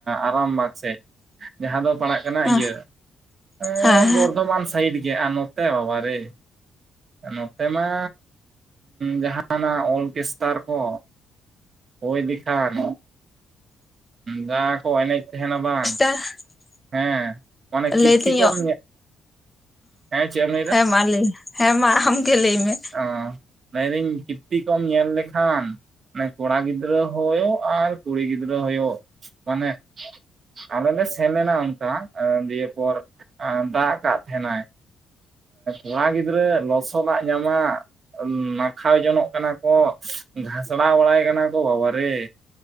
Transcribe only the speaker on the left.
ᱦᱮᱸ
ᱦᱮᱸ
<unintelligible>
ᱞᱟᱹᱭᱫᱟᱹᱧ
ᱦᱮᱸ ᱢᱟ ᱞᱟᱹᱭ ᱦᱮᱸ ᱢᱟ ᱟᱢᱜᱮ ᱞᱟᱹᱭ ᱢᱮ